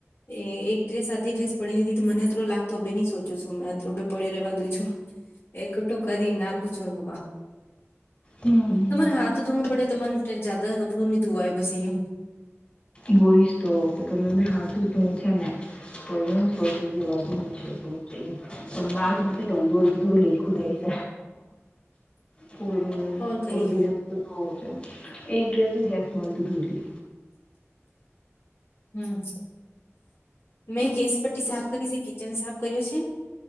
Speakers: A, on the left; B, on the left.
A: એ એક ડ્રેસ સાધી ડ્રેસ પડી દીધી મને એ લાગતો હ બે નની સોચું છું મેં અ પડ્યો રેવા દું છું. એકટું કરી નાખૂ છું.
B: હમ
A: તમારે હાથ ધોુવું પડે તમાને જદા કપડું નહીં ધોવાય પછી એ
B: બોઈશ તો તમે હા ધોં છે ને તો એ સોચ્યું કે ધ છે પણ બા જ નથી ધોઈ ધોઈ લઈ ખુદ રહી હ પુ દિ
A: ઓર
B: પુ
A: કઈ
B: દિવ છે એ ડ હત હોય તો ધૂલી
A: હમ મેં ગેસ પટ્ટી સાફ કરી છે કિચન સાફ કર્યું છે